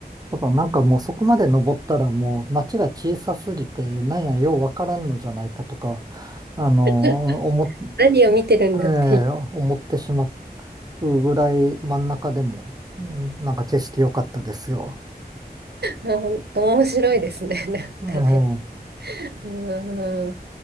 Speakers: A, on the right; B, on the right.
A: ただなんかもうそこまで登ったらもう街が小さすぎて、なんやようわからんのじゃないかとか、あの、
B: <laughs>
A: 思っ、
B: 何を見てるんだってい
A: ええ、思ってしまうぐらい真ん中でも、うん、なんか景色良かったですよ。
B: う。あー面白いですね。<laughs> なんかね。
A: ええ
B: うーん。